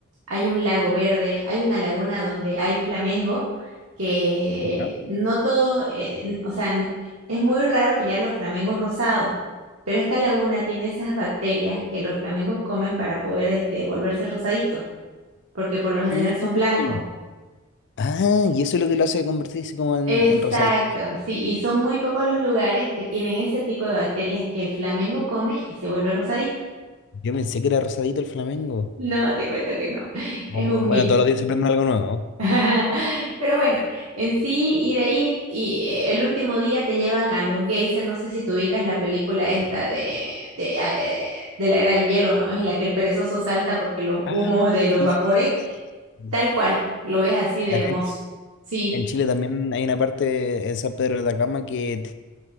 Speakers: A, on the right; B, on the left.
A: hay un lago verde, hay una laguna donde hay flamengo, que
B: ¿no?
A: no todo, eh, n- o sea, n- es muy raro pillar los flamengos rosados, pero esta laguna tiene esas bacterias que los flamengos comen para poder este, volverse rosaditos, porque por lo general
B: Mm.
A: son blancos.
B: Ah, y eso es lo que lo hace convertirse como en,
A: Exacto,
B: en rosadito.
A: sí, y son muy pocos los lugares que tienen ese tipo de bacterias que el flamengo come y se vuelve rosadito.
B: Yo pensé que era rosadito el Flamengo.
A: No, te cuento que no, <laughs>
B: O,
A: es un
B: bueno,
A: mito.
B: todos los días se prende algo nuevo. ¿no?
A: <laughs> Pero bueno, en sí, y de ahí, y eh, el último día te llevan a los geysers, no sé si tú ubicas la película esta de, de, eh, de la era del hielo, ¿no? Es en la que el perezoso salta porque los
B: Ah,
A: humos de los
B: sí,
A: vapores,
B: sí, sí, sí.
A: tal cual, lo ves así de
B: Acá
A: hermoso.
B: en,
A: Sí,
B: en Chile también hay una parte en San Pedro de Atacama que...